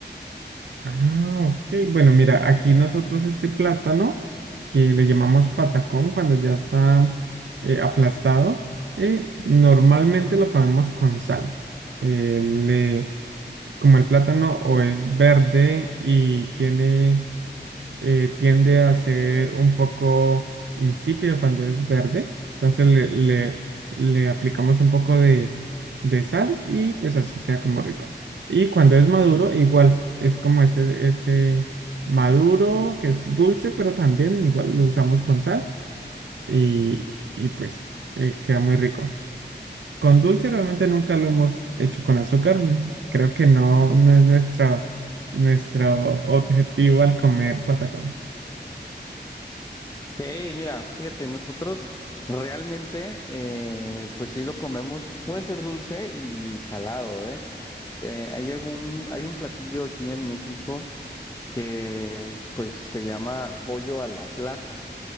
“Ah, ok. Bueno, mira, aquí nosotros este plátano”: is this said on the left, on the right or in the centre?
Right